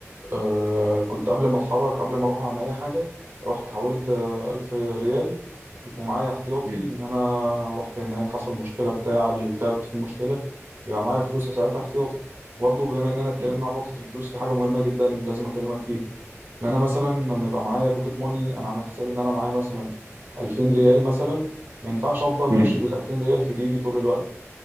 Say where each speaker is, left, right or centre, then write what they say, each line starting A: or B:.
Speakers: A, on the right; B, on the right.
A: آه كنت قبل ما اتحرك قبل ما اروح عن اي حاجه رحت حولت آه ألف ريال يبقوا معايا احتياطي
B: مم.
A: ان انا رحت هناك حصل مشكله بتاع الكارت فيه مشكله يبقى معايا فلوس ساعتها احتياطي وبرضه بما اننا اتكلمنا
B: مم.
A: عن نقطه الفلوس في حاجه مهمه جدا لازم اكلمك فيها ان انا مثلا لما يبقى معايا بوكيت ماني انا عامل حساب ان انا معايا مثلا 2000 ريال مثلا ما ينفعش افضل
B: مم.
A: ماشي بال 2000 ريال في جيبي طول الوقت